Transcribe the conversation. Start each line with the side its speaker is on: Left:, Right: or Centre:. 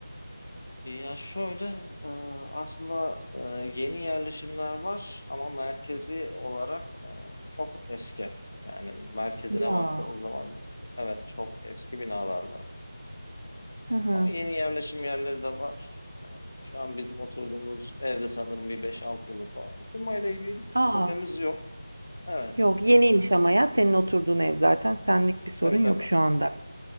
Left: Ya şöyle e, aslında e, yeni yerleşimler var ama merkezi olarak e, çok eski. Yani merkezine
Right: Ya.
Left: baktığınız zaman evet çok eski binalar var.
Right: Hı hı.
Left: Ama yeni yerleşim yerleri de var. E, Şu an bizim oturduğumuz evde sanırım bir beş 6 yıllık falan. Isınmayla ilgili bir
Right: Aa
Left: problemimiz yok. Evet
Right: yok yeniymiş ama ya senin oturduğun ev zaten senlik bir sorun
Left: tabii
Right: yok
Left: tabii.
Right: şu anda.